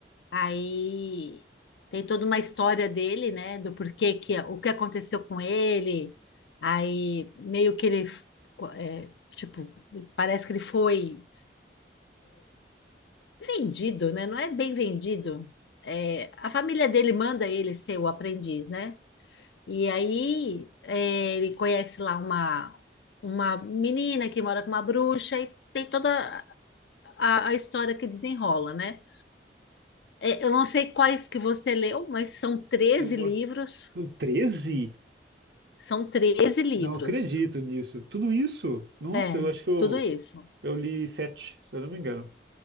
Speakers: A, on the left; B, on the right.
A: Aí tem toda uma história dele, né? Do porquê que o que aconteceu com ele. Aí meio que ele é, tipo, parece que ele foi vendido, né? Não é bem vendido. É, a família dele manda ele ser o aprendiz, né? E aí é, ele conhece lá uma, uma menina que mora com uma bruxa e tem toda a, a história que desenrola, né? É, Eu não sei quais que você leu, mas são 13
B: Eu,
A: livros.
B: a- o 13?
A: São 13 livros.
B: Não acredito nisso. Tudo isso? Nossa,
A: É,
B: eu acho que eu,
A: tudo isso.
B: eu li sete, se eu não me engano.